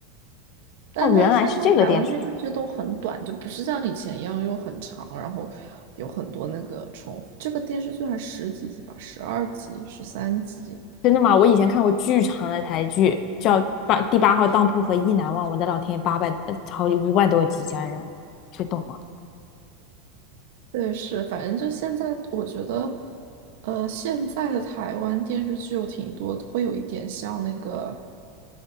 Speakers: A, on the right (about 60°); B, on the left (about 35°).
A: 但但现在台湾电视剧都很短，
B: 哦，原来是这个电视。剧。
A: 就不是像以前一样又很长，然后有很多那个重复。这个电视剧还十几集吧，十二集、十三集。
B: 真的吗？我以前看过巨长的台剧，叫《八第八号当铺》和《意难忘》，我的老天爷，八百呃好五百多集，家人们，谁懂啊？
A: 对，是，反正就现在，我觉得，呃，现在的台湾电视剧有挺多，会有一点像那个